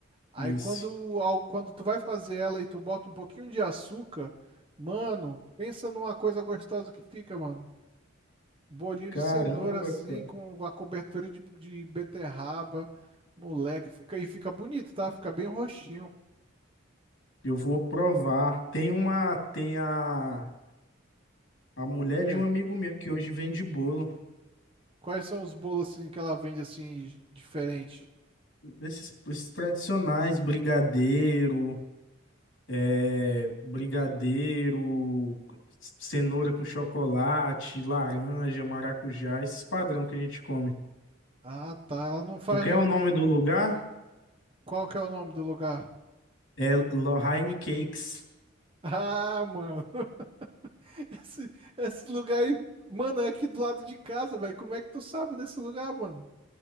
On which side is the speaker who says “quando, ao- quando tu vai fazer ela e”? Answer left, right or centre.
Right